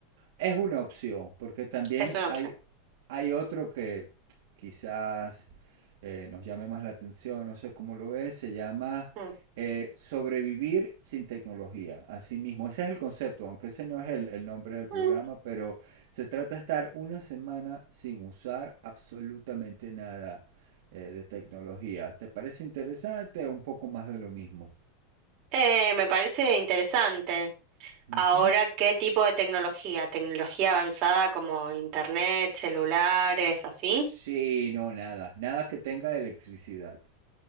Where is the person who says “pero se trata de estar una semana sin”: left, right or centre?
Right